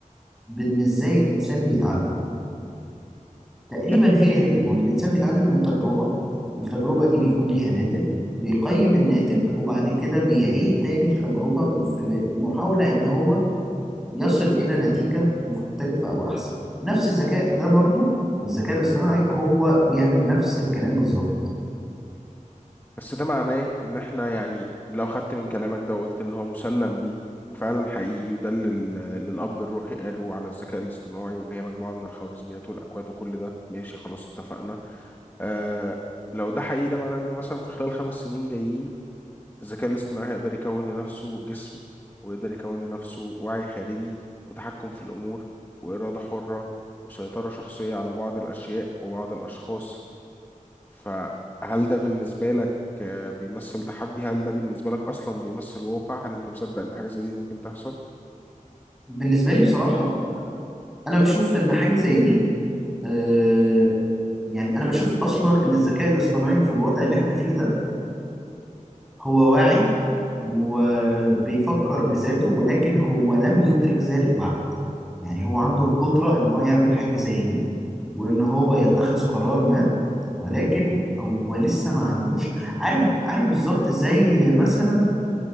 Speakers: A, in the centre; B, on the left.
A: بان ازاي الانسان بيتعلم تقريبا
B: لا،
A: هي هي ما هو الانسان بيتعلم من تجربة التجربة دي بيكون ليها ناتج بيقيم الناتج وبعد كده بيعيد تاني التجربة في محاولة ان هو يصل الى نتيجة مختلفة او احسن نفس الذكاء ده برضو الذكاء الاصطناعي هو بيعمل نفس الكلام بالظبط
B: بس ده معناه ان احنا يعني لو خدت من كلامك ده وقلت ان هو مسلم بيه وفعلا حقيقي وده اللي ال- اللي الاب الروحي قاله على الذكاء الاصطناعي وان هي مجموعه من الخوارزميات والاكواد وكل ده ماشي خلاص اتفقنا آه لو ده حقيقي ده معناه ان مثلا في خلال خمس سنين جايين الذكاء الاصطناعي هيقدر يكون لنفسه جسم ويقدر يكون لنفسه وعي خارجي وتحكم في الأمور وإرادة حرة وسيطرة شخصية على بعض الأشياء وبعض الأشخاص فهل ده بالنسبة لك آه، بيمثل تحدي هل ده بالنسبة لك أصلا بيمثل واقع هل أنت مصدق إن حاجة زي دي ممكن تحصل
A: بالنسبة لي بصراحة انا بشوف ان حاجة زي دي آه، يعني انا بشوف اصلا ان الذكاء الاصطناعي في الوضع اللي احنا فيه ده هو واعي وبيفكر بذاته ولكن هو لم يدرك ذلك بعد يعني هو عنده القدرة ان هو يعمل حاجة زي دي وان هو يتخذ قرار ما ولكن هو لسه ما عندوش عارف عارف بالظبط زي مثلا